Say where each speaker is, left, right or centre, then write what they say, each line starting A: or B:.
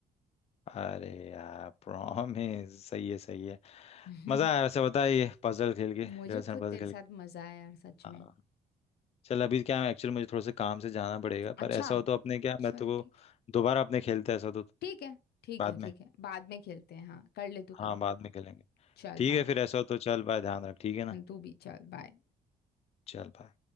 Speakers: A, on the left; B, on the left.
A: अरे यार प्रॉमिस सही है सही है
B: <laughs>
A: मजा आया वैसे बता ये पजल खेल के
B: मुझे
A: रिडल्स
B: खुद
A: एंड पजल
B: तेरे
A: खेल
B: साथ
A: के
B: मजा आया यार सच में
A: हाँ चल अभी क्या है एक्चुअली मुझे थोड़ा सा काम से जाना पड़ेगा
B: अच्छा
A: पर ऐसा हो तो अपने क्या
B: चल
A: मैं तो को
B: ठीक है
A: दोबारा अपने खेलते हैं ऐसा हो तो
B: ठीक है ठीक
A: बाद
B: है
A: में
B: ठीक है बाद में खेलते हैं हाँ कर ले तू
A: हाँ
B: काम
A: बाद में खेलेंगे
B: चल
A: ठीक
B: बाय
A: है फिर ऐसा हो तो चल बाय ध्यान रख ठीक है
B: 很杜比，चल
A: ना
B: बाय
A: चल बाय